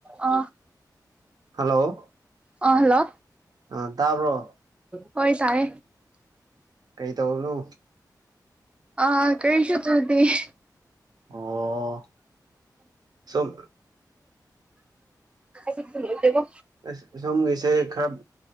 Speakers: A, on the right (about 15°); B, on the right (about 65°).
A: ꯑ
B: ꯍꯜꯂꯣ
A: ꯑ ꯍꯜꯂꯣ
B: ꯑ ꯇꯥꯕ꯭ꯔꯣ
A: ꯍꯣꯏ ꯇꯥꯏ
B: ꯀ ꯇꯧꯅꯣ
A: ꯑꯥ ꯀꯩꯁ ꯇꯗꯤ <inaudible>
B: ꯑꯣ ꯁꯨꯝ
A: ꯑꯩꯕꯣ
B: ꯑꯁ ꯁꯣꯝꯒꯤꯁꯦ ꯈꯔ